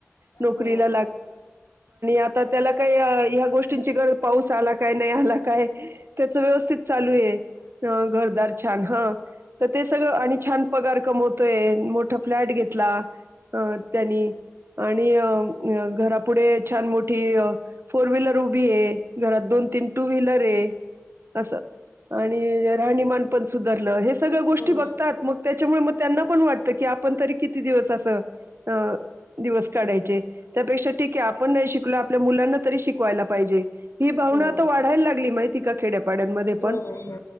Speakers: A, on the right; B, on the left.
A: नोरी
B: हो
A: ला आ त्या ह्या गोष्टींची गरज पाऊस आला काय नाही आला काय त्याच व्यवस्थित चालू आहे घरदार छान ह तर ते सगळं आणि छान पगार कमवतोय मोठा फ्लॅट घेतला अ त्यांनी आणि घरापुढे छान मोठी फोर व्हीलर उभी आहे घरात दोन तीन टू व्हीलर आहे तसं आणि राहणीमानपण सुधरलं हे सगळ्या गोष्टी
B: हो
A: बघतात मग त्याच्यामुळे मग त्यांना पण वाटतं की आपण तरी किती दिवस असं अ दिवस काढायचे त्यापेक्षा ठीक आहे आपण नाही शिकल आपल्या मुलांना त शिकवायला ह भाव
B: हो
A: वाढायला लागली माती खेडपाडमध्ये
B: हो
A: पण
B: हो